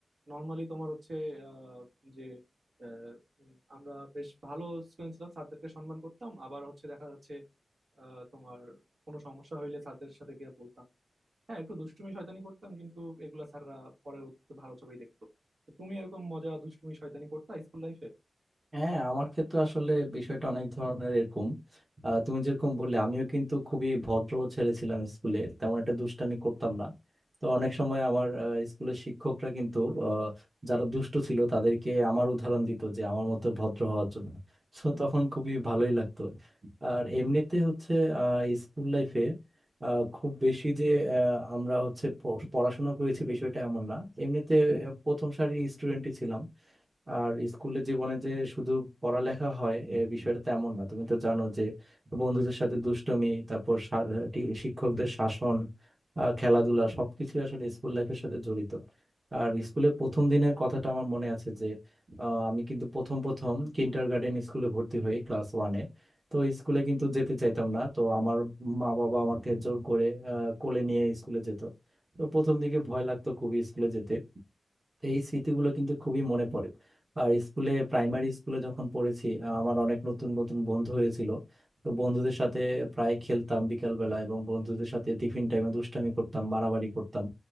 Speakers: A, on the right (about 70°); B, on the right (about 30°).
A: নর্মালি তোমার হচ্ছে আহ, যে আহ, উম, আমরা বেশ ভালো স্টুডেন্ট ছিলাম স্যারদেরকে সম্মান করতাম আবার হচ্ছে দেখা যাচ্ছে আহ, তোমার কোনো সমস্যা হইলে স্যারদের সাথে গিয়ে বলতাম হ্যাঁ একটু দুষ্টুমি শয়তানি করতাম কিন্তু এগুলা স্যাররা পরে ভালো চোখেই দেখতো তো তুমি এরকম মজা দুষ্টুমি শয়তানি করতা স্কুল লাইফে
B: হ্যাঁ আমার ক্ষেত্রে আসলে বিষয়টা অনেক ধরনের এরকম আহ, তুমি যেরকম বললে আমিও কিন্তু খুবই ভদ্র ছেলে ছিলাম স্কুলে তেমন একটা দুষ্টামি করতাম না তো অনেক সময় আমার আহ, স্কুলের শিক্ষকরা কিন্তু আহ, যারা দুষ্ট ছিল তাদেরকে আমার উদাহরণ দিত যে আমার মতো ভদ্র হওয়ার জন্য তো তখন খুবই ভালোই লাগতো আর এমনিতে হচ্ছে আহ, স্কুল লাইফে খুব বেশি যে আহ, আমরা হচ্ছে প- পড়াশোনা করেছি বিষয়টা এমন না এমনিতে আহ, প্রথম সারির স্টুডেন্টই ছিলাম আর স্কুলের জীবনে যে শুধু পড়ালেখা হয় এ বিষয়টা তেমন না তুমি তো জানো যে বন্ধুদের সাথে দুষ্টমি তারপর সা- টি- শিক্ষকদের শাসন আহ, খেলাধুলা সবকিছু আসলে স্কুল লাইফের সাথে জড়িত আর স্কুলের প্রথম দিনের কথাটা আমার মনে আছে যে আহ, আমি কিন্তু প্রথম প্রথম কিন্ডার গার্ডেন স্কুলে ভর্তি হই ক্লাস ওয়ানে তো স্কুলে কিন্তু যেতে চাইতাম না তো আমার মা বাবা আমাকে জোর করে আহ, কোলে নিয়ে স্কুলে যেত তো প্রথম দিকে ভয় লাগতো খুবই স্কুলে যেতে তো এই স্মৃতিগুলো কিন্তু খুবই মনে পড়ে আর স্কুলে প্রাইমারি স্কুলে যখন পড়েছি আহ, আমার অনেক নতুন নতুন বন্ধু হয়েছিল তো বন্ধুদের সাথে প্রায় খেলতাম বিকাল বেলা এবং বন্ধুদের সাথে টিফিন টাইমে দুষ্টামি করতাম মারামারি করতাম